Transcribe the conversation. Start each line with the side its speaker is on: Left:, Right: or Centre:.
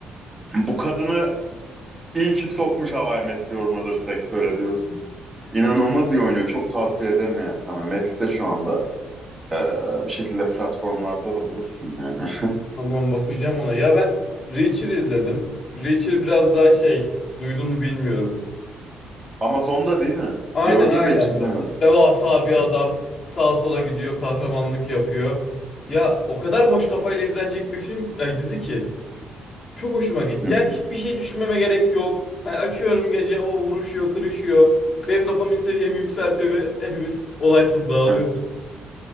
Right: bu kadını iyi ki sokmuş How I Met Your Mother sektöre diyorsun. İnanılmaz iyi oynuyor. Çok tavsiye ederim yani sana. Max'te şu anda. Ee, bir şekilde platformlarda da bulursun yani.
Left: Tamam bakacağım ona. Ya ben Reacher izledim. Reacher biraz daha şey duydun mu bilmiyorum.
Right: Amazon'da değil mi?
Left: Aynen
Right: Gördüm
Left: aynen.
Right: de hiç izlemedim.
Left: Devasa bir adam sağa sola gidiyor kahramanlık yapıyor. Ya o kadar boş kafayla izlenecek bir film ay dizi ki. Çok hoşuma gitti.
Right: Hı.
Left: Yani hiçbir şey düşünmeme gerek yok. Hani açıyorum gece o vuruşuyor kırışıyor. Benim dopamin seviyemi yükseltiyor ve hepimiz olaysız dağılıyoruz.
Right: Heh.